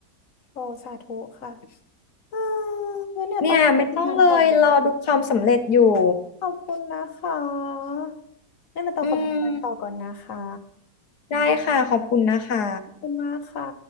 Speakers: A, on the left; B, on the left.
A: โอ้สาธุค่ะเอองั้นเนี่ยต้องขอไปทำงานต่อ
B: เนี่ยไม่ต้องเลยรอดูความสำเร็จอยู่
A: ขอบคุณนะคะงั้นเนี่ยต้องขอไปทำงานต่อก่อนนะคะ
B: อืมได้ค่ะขอบคุณนะคะ
A: ขอบคุณมากค่ะ